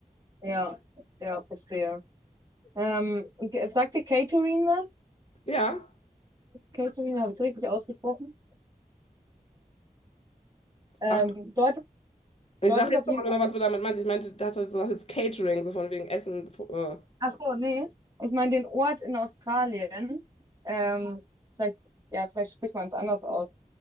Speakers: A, on the right; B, on the left.
A: Ja, ja, verstehe. Ähm, und ge- sagt dir Catering was?
B: Ja.
A: Catering, habe ich es richtig ausgesprochen? Ähm,
B: Ach,
A: dort,
B: ich
A: dort
B: sag
A: ist
B: jetzt
A: auf jeden
B: nochmal
A: Fall.
B: genau, was du damit meinst. Ich meinte, dachte, du sagst jetzt Catering, so von wegen Essen. Äh,
A: Ach so, nee. Ich meine den Ort in Australien. Ähm, vielleicht, ja, vielleicht spricht man es anders aus.